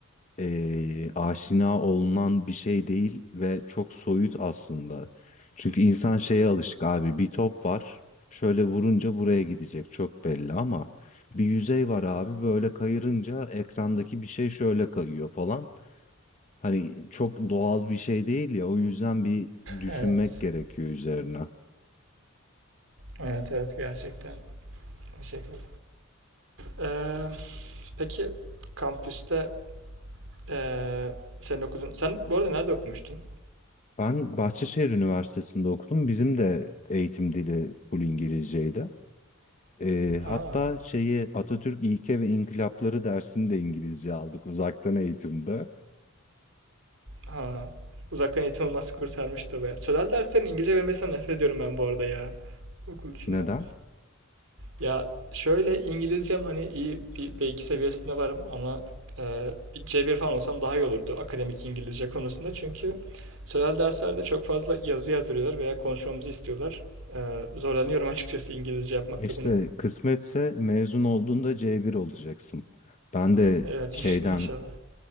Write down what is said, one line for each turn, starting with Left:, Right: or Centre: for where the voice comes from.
Left: eee, aşina olunan bir şey değil ve çok soyut aslında. Çünkü insan şeye alışık abi bir top var şöyle vurunca buraya gidecek çok belli ama bir yüzey var abi böyle kayırınca ekrandaki bir şey şöyle kayıyor falan. Hani çok doğal bir şey değil ya o yüzden bir düşünmek
Right: Evet.
Left: gerekiyor üzerine.
Right: Evet evet gerçekten o şekilde. Ee, peki kampüste ee, senin okudun. Sen bu arada nerede okumuştun?
Left: Ben Bahçeşehir Üniversitesi'nde okudum. Bizim de eğitim dili full İngilizceydi. Ee,
Right: Ha.
Left: hatta şeyi Atatürk İlke ve İnkılapları dersini de İngilizce aldık uzaktan eğitimde.
Right: Ha. Uzaktan eğitim olması kurtarmıştı be. Sözel derslerin İngilizce vermesinden nefret ediyorum ben bu arada ya. Okul içinde.
Left: Neden?
Right: Ya şöyle İngilizcem hani iyi bir B2 seviyesinde varım ama e, bir C1 falan olsam daha iyi olurdu akademik İngilizce konusunda. Çünkü sözel derslerde çok fazla yazı yazdırıyorlar veya konuşmamızı istiyorlar. E, zorlanıyorum açıkçası İngilizce yapmakta
Left: İşte
Right: bunu.
Left: kısmetse mezun olduğunda C1 olacaksın. Ben de
Right: Evet
Left: şeyden
Right: <laughs> in- inşallah.